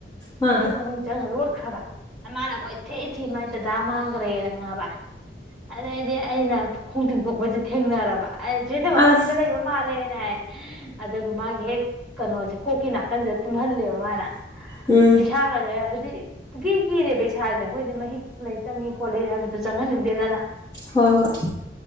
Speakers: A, on the left; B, in the centre.
A: ꯑꯥ
B: ꯐꯥꯌꯨꯝ ꯃꯅꯨ ꯂꯣꯠꯈ꯭ꯔꯕ ꯃꯥꯅ ꯑꯩꯈꯣꯏ ꯏꯊꯦ ꯏ ꯊꯤ ꯃꯥꯏꯗꯗꯥ ꯃꯥꯡꯈ꯭ꯔꯦꯅ ꯈꯪꯉꯕ ꯑꯗ ꯏꯗꯦ ꯑꯅ ꯈꯣꯡꯇꯤꯟ ꯐꯕ ꯊꯦꯡꯅꯔꯕ ꯑ ꯆꯦꯊꯕ ꯑꯃꯁꯤꯗ
A: ꯑꯁ
B: ꯂꯩꯕ ꯃꯥꯜꯂꯦꯅ ꯍꯥꯏ ꯑꯗꯨꯒ ꯃꯥꯒꯤ ꯍꯦꯛ ꯀꯩꯅꯣꯁꯦ ꯀꯣꯛꯀꯤ ꯅꯥꯀꯟꯁꯤꯗ ꯇꯨꯝꯍꯜꯂꯦꯕ ꯃꯥꯅ
A: ꯎꯝ
B: ꯏꯁꯥꯒꯁꯦ ꯒꯤ ꯀꯔꯦ ꯩ ꯏꯁꯥꯁꯦ ꯑꯩꯈꯣꯏꯗꯤ ꯃꯍꯤ ꯂꯩꯇꯪꯉꯤ ꯈꯣꯠꯂꯦ ꯍꯥꯏꯕꯗꯨꯣ ꯆꯪꯍꯟꯅꯤꯡꯗꯦꯗꯅ
A: ꯍꯣꯏ ꯍꯣꯏ